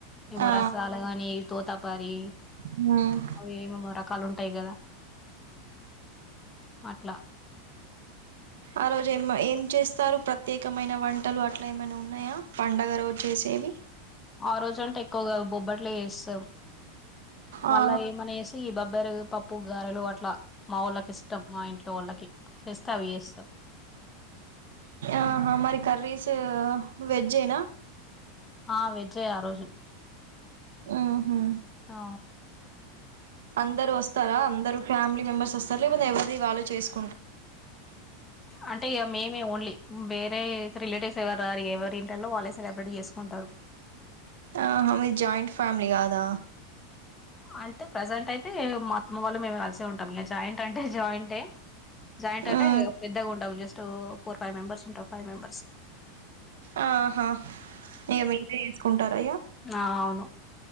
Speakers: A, on the left (about 20°); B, on the right (about 85°).
A: ఏవో
B: ఆ
A: రాసాలుగాని, తో తప్ పరి
B: హ్మ్.
A: అవి ఏమేమో రకాలు ఉంటాయి. కదా అట్లా
B: ఆ రోజు ఏమ ఏం చేస్తారు, ప్రత్యేకమైన వంటలు అట్లా ఏమైనా ఉన్నాయా పండగ రోజు చేసేవి,
A: ఆ రోజు అంటే ఎక్కువగా బొబ్బట్లు చేస్తాం.
B: ఆ
A: మళ్ళా ఏమనేసి ఈ బ బోబ్బర పప్పు గారెలు అట్లా మా వాళ్ళకి ఇష్టం మా ఇంట్లో వాళ్ళకి, చేస్తే అవి చేస్తాం
B: ఆహా మరి కర్రీస్ వెజేనా
A: ఆ వేజె ఆ రోజు
B: ఉహు
A: ఆ
B: అందరు వస్తారా అందరుూ ఫ్యామిలీ మెంబర్స్ వస్తారుా లేకు ఎవరి వాళ్ళు చేసుకో
A: అంటే ఇక మేమే ఓన్లీ వేరే రిలేటివ్స్ ఎవరు రారు ఎవరి ఇట్లో వాళ్ళే సెలబ్రేట్ చేసుకుంటారు
B: ఆహ మీది జాయింట్ ఫ్యామిలీ కాదా
A: అంటే ప్రజెంట్ అయితే మొత్తం వల్ల మేము కలిసే ఉంటాం ఇక జాయింట్ అంటే జాయింట్ే జాయింట్ అంటే
B: ఉమ్
A: పెద్దగా ఉంటాము జస్ట్ ఫోర్ ఫైవ్ మెంబర్స్ ఉంటా్ ఫైవ్ మెంబర్స్
B: ఆహా ఇక మీరే వేసుకుంటార ఇగ
A: ఆ అవును